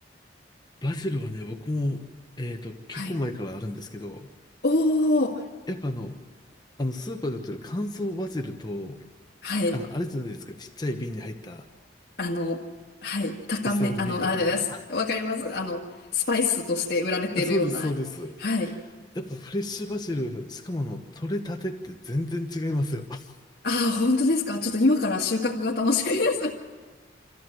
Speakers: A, on the left; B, on the left.
A: バジルはね、僕も、えっと、結構前からあるんですけど、
B: <laughs> はい。おー、
A: やっぱあの、あの、スーパーで売ってる乾燥バジルと、
B: はい。
A: あの、あれじゃないですか、ちっちゃい瓶に入った
B: あの、はい、高め、
A: S&B
B: あの、
A: とかの、
B: あれです。わかります。あの、スパイスとして売られているような。
A: <laughs> あ、そうです、そうです。や
B: はい。
A: っぱフレッシュバジル、しかもあの、取れたてって全然違いますよ。<laughs>
B: ああ、本当ですか。ちょっと今から収穫が楽しみです。<laughs>